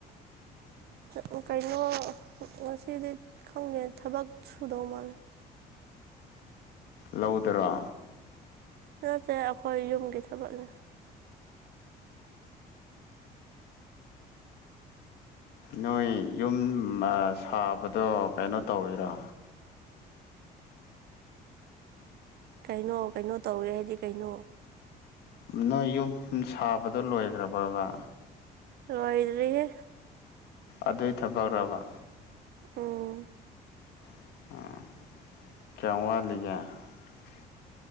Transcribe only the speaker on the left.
ꯂꯧꯗꯔ
ꯅꯣꯏ ꯌꯨꯝ ꯁꯥꯕꯗꯣ ꯀꯩꯅꯣ ꯇꯧꯋꯤꯔꯣ
ꯅꯣꯏ ꯌꯨꯝ ꯁꯥꯕꯗꯣ ꯂꯣꯏꯈ꯭ꯔꯕꯕ
ꯑꯗꯨꯏ ꯊꯕꯛꯈꯕ
ꯆꯜꯂꯤꯦ